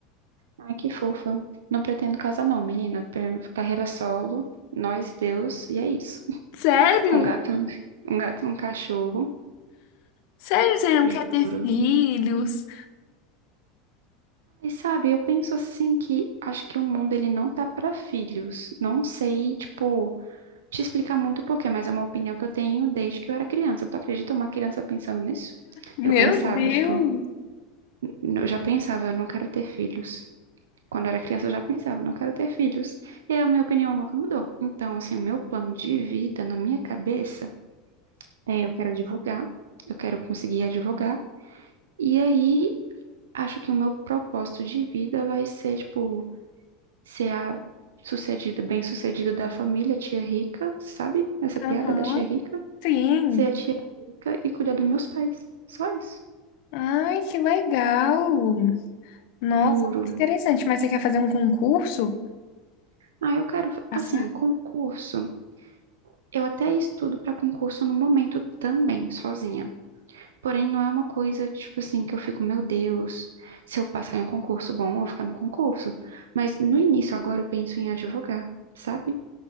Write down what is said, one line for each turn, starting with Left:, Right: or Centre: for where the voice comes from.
Right: Ai, que fofa. Não pretendo casar, não, menina. Per- Carreira solo, nós, Deus, e é isso. <laughs>
Left: Sério?
Right: Um gato, um um gato, e um cachorro,
Left: Sério, você não quer
Right: juro.
Left: ter filhos?
Right: E sabe, eu penso assim que acho que o mundo ele não tá pra filhos. Não sei, tipo, te explicar muito o porquê, mas é uma opinião que eu tenho desde que eu era criança. Tu acredita uma criança pensando nisso?
Left: Meu
Right: Eu pensava,
Left: Deus!
Right: tipo, Eu já pensava, não quero ter filhos. Quando eu era criança, eu já pensava, não quero ter filhos. E a minha opinião nunca mudou. Então, assim, o meu plano de vida na minha cabeça é eu quero advogar, eu quero conseguir advogar. E aí, acho que o meu propósito de vida vai ser, tipo, ser a sucedida, bem-sucedida da família, tia rica, sabe? Essa piada
Left: Aham,
Right: da tia rica?
Left: sim.
Right: Ser a tia rica e cuidar dos meus pais. Só isso.
Left: Ai, que legal! Nossa,
Right: Juro.
Left: muito interessante. Mas você quer fazer um concurso?
Right: Ah, eu quero,
Left: Passar?
Right: assim, concurso. Eu até estudo para concurso no momento também, sozinha. Porém, não é uma coisa, tipo assim, que eu fico, meu Deus, se eu passar em um concurso bom, eu vou ficar no concurso. Mas no início, agora, eu penso em advogar, sabe?